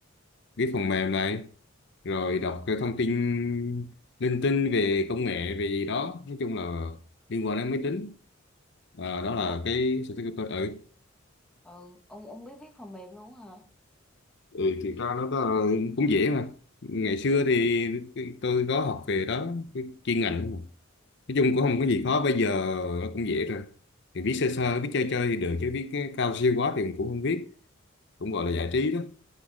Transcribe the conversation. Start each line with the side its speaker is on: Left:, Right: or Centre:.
Left: viết phần mềm này rồi đọc cái thông tin linh tinh về công nghệ về gì đó nói chung là liên quan đến máy tính Ờ, đó là
Centre: Ủa,
Left: cái sở thích của tôi ừ,
Centre: ừ, ông ông biết viết phần mềm luôn hả?
Left: ừ thì ra nó có, cũng dễ mà ngày xưa thì tôi có học về đó cái chuyên ngành đó mà. nói chung cũng không có gì
Centre: Ừ.
Left: khó bây giờ nó cũng dễ rồi thì biết sơ sơ biết chơi chơi thì được chứ biết cái cao siêu quá thì mình cũng không biết cũng gọi là giải trí đó